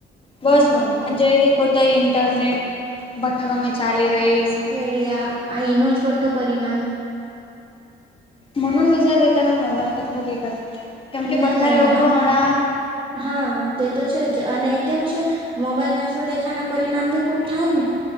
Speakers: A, on the left (about 25°); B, on the right (about 25°).
A: બસ
B: હા
A: આજે દે પોતા ઇન્ટરનેટ ભટકમે ચાલી રહી
B: ઈયા આ એનો જ બઠો પરિણામ
A: મનું વિજારાગેતા મેં મોબાઈલ કેટલો દેખત કેમ
B: નહીં
A: કે બઠા
B: નહીં
A: લોકો
B: હા મેં
A: હમડા
B: હા તે તો છે જ અને કેમ છે મોબાઈલ જાસે દેખાના પરિણામ બી ખૂબ થાય ને.